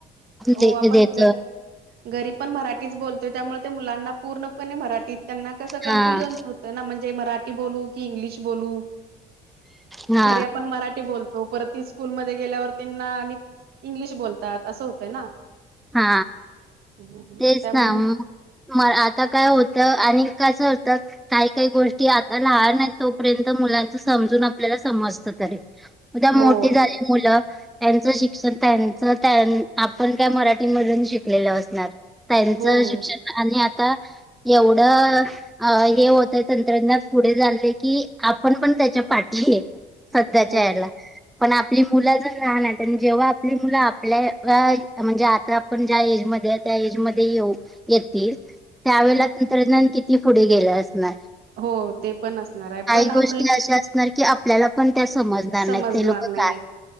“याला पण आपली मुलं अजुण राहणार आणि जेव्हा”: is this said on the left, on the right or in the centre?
Centre